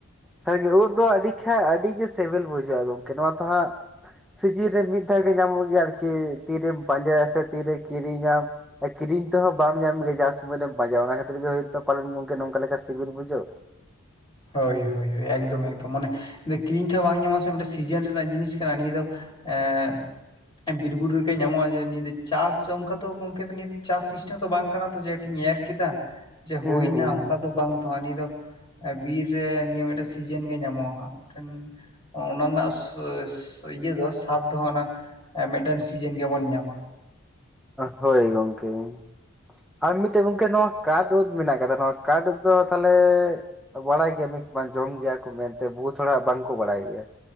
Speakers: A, in the centre; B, on the left.
A: ᱥᱟᱹᱨᱜᱮ ᱩᱵ ᱫᱚ ᱟᱹᱰᱤ ᱠᱷᱟ ᱟᱹᱰᱤ ᱜᱮ ᱥᱤᱵᱤᱞ ᱵᱩᱡᱷᱟᱹᱜᱼᱟ ᱜᱚᱢᱠᱮ ᱱᱚᱣᱟ ᱛᱚ ᱦᱟᱸᱜ ᱥᱤᱡᱤᱱ ᱨᱮ ᱢᱤᱫ ᱫᱷᱟᱣ ᱜᱮ ᱧᱟᱢᱚᱜ ᱜᱮᱭᱟ ᱟᱨᱠᱤ ᱛᱤᱨᱮᱢ ᱯᱟᱸᱡᱟᱭᱟ ᱥᱮ ᱛᱤᱨᱮ ᱠᱤᱨᱤᱧᱟᱢ ᱟᱨ ᱠᱤᱨᱤᱧ ᱛᱮᱦᱚᱸ ᱵᱟᱢ ᱧᱟᱢ ᱜᱮᱭᱟ ᱡᱟ ᱥᱩᱚᱢᱚᱭ ᱨᱮᱢ ᱯᱟᱸᱡᱟᱭᱟ ᱚᱱᱟ ᱠᱷᱟᱛᱤᱨ ᱜᱮ ᱦᱭ ᱯᱟᱞᱮᱱ ᱜᱚᱝᱠᱮ ᱱᱚᱝᱠᱟ ᱞᱮᱠᱟ ᱥᱤᱵᱤᱞ ᱵᱩᱡᱷᱟᱹᱣ
B: ᱦᱟᱭ ᱦᱚᱭ ᱮᱠᱫᱚᱢ-ᱮᱠᱫᱚᱢ ᱢᱟᱱᱮ ᱠᱤᱨᱤᱧ ᱛᱮᱷᱟᱦᱚᱸ ᱵᱟᱝ ᱧᱟᱢᱚᱜᱟᱥᱮ ᱢᱤᱫᱴᱮᱱ ᱥᱤᱡᱮᱱ ᱨᱮᱱᱟᱜ ᱡᱤᱱᱤᱥ ᱠᱟᱱᱟ ᱱᱤᱭᱟᱹ ᱫᱚ ᱮᱸᱜ ᱵᱤᱨ ᱵᱩᱨᱩ ᱨᱮᱜᱮ ᱧᱟᱢᱚᱜᱼᱟ ᱡᱮ ᱱᱤᱭᱟᱹ ᱫᱚ ᱪᱟᱥ ᱚᱱᱠᱟ ᱛᱚ ᱜᱚᱢᱠᱮ ᱱᱤᱭᱟᱹ ᱪᱟᱥ ᱥᱤᱥᱴᱮᱢ ᱫᱚ ᱵᱟᱝ ᱠᱟᱱᱟ ᱛᱚ ᱡᱮᱧ ᱮᱨ, ᱠᱮᱫᱟ ᱡᱮ ᱦᱩᱭᱱᱟ
A: ᱦᱩᱸ ᱦᱩᱸ
B: ᱚᱱᱠᱟ ᱫᱚ ᱵᱟᱝ ᱛᱚ ᱱᱤᱭᱟᱹ ᱫᱚ ᱵᱤᱨ ᱨᱮ ᱱᱤᱭᱟᱹ ᱢᱤᱫᱴᱮᱱ ᱥᱤᱡᱮᱱ ᱜᱮ ᱧᱟᱢᱚᱜᱼᱟ ᱦᱟᱸᱜ ᱢᱤᱫᱴᱮᱱ, ᱚᱱᱟ ᱨᱮᱱᱟᱜ ᱤᱭᱟᱹ ᱫᱚ ᱥᱟᱫ ᱫᱚ ᱚᱱᱟ ᱮᱸ ᱢᱤᱫᱴᱮᱱ ᱥᱤᱡᱤᱱ ᱜᱮᱵᱚᱱ ᱧᱟᱢᱟ ᱾
A: ᱦᱳᱭ ᱜᱚᱢᱠᱮ ᱾ ᱟᱨ ᱢᱤᱫᱴᱮᱡ ᱜᱚᱝᱠᱮ ᱱᱚᱣᱟ ᱠᱟᱴ ᱳᱫ ᱢᱮᱱᱟᱜ ᱠᱟᱫᱟ ᱱᱚᱣᱟ ᱠᱟᱴ ᱫᱚ ᱛᱟᱦᱚᱞᱮ ᱵᱟᱲᱟᱭ ᱜᱮᱭᱟ ᱵᱤᱱ ᱥᱮ ᱵᱟᱝ ᱡᱚᱢ ᱜᱮᱭᱟ ᱠᱚ ᱢᱮᱱᱛᱮ ᱵᱚᱦᱩᱛ ᱦᱚᱲᱟᱜ ᱵᱟᱝᱠᱚ ᱵᱟᱲᱟᱭ ᱜᱮᱭᱟ,